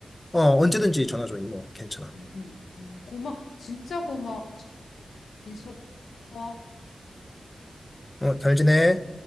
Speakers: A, on the left (about 25°); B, on the left (about 85°).
A: 어, 언제든지 전화 줘, 이모. 괜찮아.
B: 음, 음, 음. 고마워. 진짜 고마워. 진심으로 고마워.
A: 어, 잘 지내.